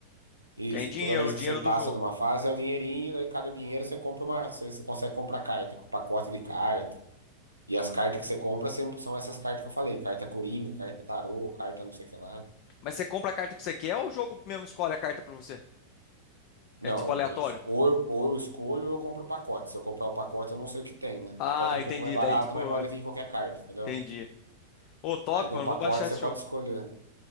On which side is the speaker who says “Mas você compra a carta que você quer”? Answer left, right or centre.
Left